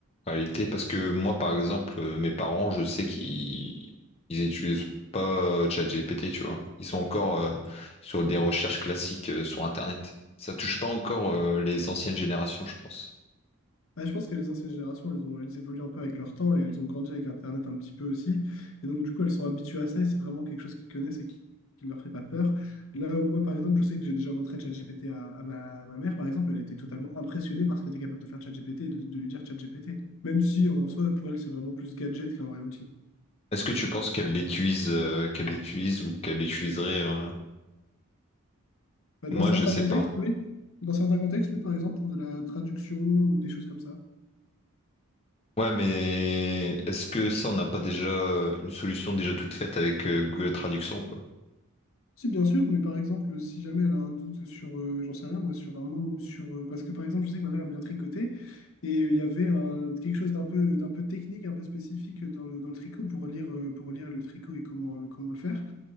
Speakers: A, on the left; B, on the left.
A: en réalité, parce que moi, par exemple, euh, mes parents, je sais qu'ils ils utilisent pas euh, ChatGPT, tu vois. Ils sont encore euh, sur des recherches classiques euh, sur Internet. Ça touche pas encore euh, les anciennes générations, je pense.
B: Ouais, je pense que les anciennes générations, elles ont, elles évoluent un peu avec leur temps et elles ont grandi avec Internet un petit peu aussi. Et donc, du coup, elles sont habituées à ça et c'est vraiment quelque chose qu'ils connaissent et qui qui ne leur fait pas peur. Là où moi, par exemple, je sais que j'ai déjà montré ChatGPT à, à ma, à ma mère, par exemple, elle était totalement impressionnée par ce qu'était capable de faire ChatGPT et de, de lui dire ChatGPT. Même si, en soi, pour elle, c'est vraiment plus gadget qu'un vrai outil.
A: Est-ce que tu penses qu'elle l'utilise euh, qu'elle l'utilise ou qu'elle l'utiliserait euh,
B: Bah, dans
A: Moi,
B: certains
A: je sais
B: contextes,
A: pas.
B: oui. Dans certains contextes, oui, par exemple, pour de la traduction ou des choses comme ça.
A: Ouais, mais est-ce que ça, on n'a pas déjà euh, une solution déjà toute faite avec euh, Google Traduction, quoi?
B: Si, bien sûr, mais par exemple, si jamais elle a un doute sur, euh, j'en sais rien, moi, sur un mot ou sur. euh, parce que par exemple, je sais que ma mère aime bien tricoter et euh, il y avait un, quelque chose d'un peu, d'un peu technique, un peu spécifique dans le, dans le tricot pour lire, euh, pour lire le tricot et comment, euh, comment le faire.